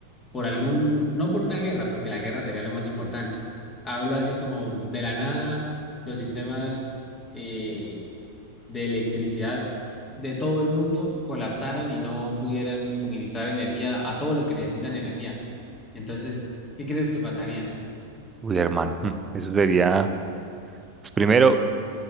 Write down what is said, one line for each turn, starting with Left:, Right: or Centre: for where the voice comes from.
Left: por algún, no por una guerra, porque la guerra sería lo más importante. Hablo así como de la nada, los sistemas eh, de electricidad de todo el mundo colapsaran y no pudieran suministrar energía a todo lo que necesitan energía. Entonces, ¿qué crees que pasaría?
Right: Uy, hermano, mm, eso sería, pues primero,